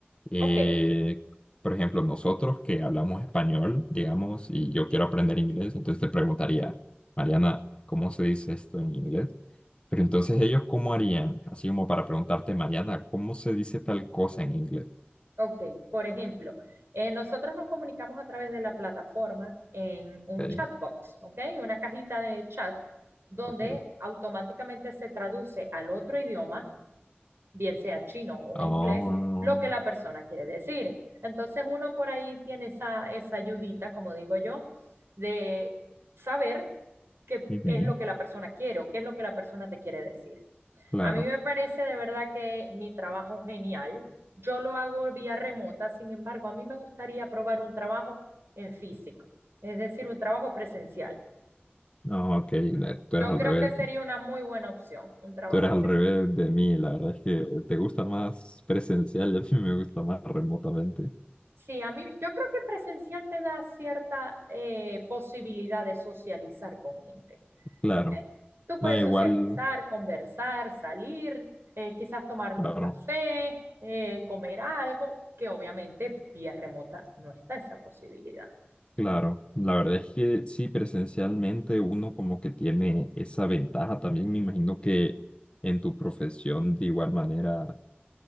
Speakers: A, on the left; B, on the right.
A: Eh,
B: Ok,
A: por ejemplo, nosotros que hablamos español, digamos, y yo quiero aprender inglés, entonces te preguntaría, Mariana, ¿cómo se dice esto en inglés? Pero entonces ellos, ¿cómo harían? Así como para preguntarte, Mariana, ¿cómo se dice tal cosa en inglés?
B: Ok, por ejemplo, eh, nosotros nos comunicamos a través de la plataforma en un
A: Ok,
B: chatbox, ¿ok? Una cajita de chat donde
A: ok.
B: automáticamente se traduce al otro idioma, bien sea chino o
A: Ah,
B: inglés, lo que la persona quiere decir. Entonces uno por ahí tiene esa, esa ayudita, como digo yo, de saber qué,
A: ujú,
B: qué es lo que la persona quiere o qué es lo que la persona te quiere decir.
A: claro.
B: A mí me parece de verdad que mi trabajo genial. Yo lo hago vía remota, sin embargo, a mí me gustaría probar un trabajo en físico, es decir, un trabajo presencial.
A: Ah, ok, le- tú
B: Yo
A: eres al
B: creo
A: revés.
B: que sería una muy buena opción, un trabajo
A: Tú eres al
B: presencial.
A: revés de mí, la verdad es que te gusta más presencial y a mí me gusta más remotamente.
B: Sí, a mí yo creo que presencial te da cierta eh, posibilidad de socializar con gente,
A: Claro,
B: ¿ok? Tú puedes
A: no, igual,
B: socializar, conversar, salir, eh, quizás tomarte
A: claro,
B: un café, eh, comer algo, que obviamente vía remota no está esa posibilidad.
A: claro. La verdad es que sí, presencialmente uno como que tiene esa ventaja también. Me imagino que en tu profesión de igual manera